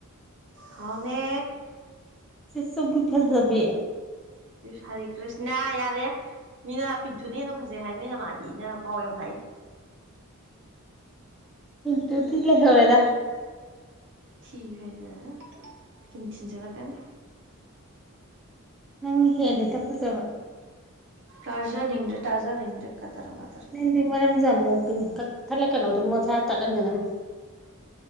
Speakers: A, on the right; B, in the centre.
A: ꯍꯥꯎꯅꯦ
B: ꯆꯦꯆꯥꯎꯕꯤ ꯐꯖꯕꯤ
A: ꯏꯁ ꯍꯔꯤ ꯀ꯭ꯔꯤꯁꯅ ꯌꯥꯔꯦ ꯃꯤꯅ ꯄꯤꯟꯆꯨꯅ ꯍꯦꯟꯅ ꯐꯖꯩ ꯍꯥꯏ ꯅꯣꯏ ꯅꯃꯥꯗꯤꯅ ꯄꯥꯎ ꯌꯥꯝ ꯂꯥꯛꯏ
B: ꯕꯤꯟꯇꯨꯗꯤ ꯂꯩꯍꯧꯔꯦꯗ
A: ꯊꯤ ꯐꯥꯢꯖꯤꯟꯂꯛꯒꯅꯤ ꯀꯤꯟ ꯆꯤꯟꯖꯤꯟꯂꯛꯒꯅꯤ
B: ꯅꯪꯅ ꯍꯦꯜꯂꯦꯗ ꯐꯖꯕ
A: ꯇꯥꯖꯥꯅꯤꯡꯗ꯭ꯔꯦ ꯇꯥꯖꯥꯅꯤꯡꯗ꯭ꯔꯦ ꯀꯥꯗ꯭ꯔ ꯃꯥꯗ꯭ꯔ
B: ꯅꯪꯗꯤ ꯃꯔꯝꯁꯨ ꯌꯥꯝ ꯃꯣꯛꯄꯤꯅꯤ ꯀꯛ ꯊꯠꯂꯛꯀꯅꯣ ꯑꯗꯨꯝ ꯃꯁꯥ ꯇꯠꯍꯟꯒꯗꯧꯅꯤ ꯑꯗꯨꯝ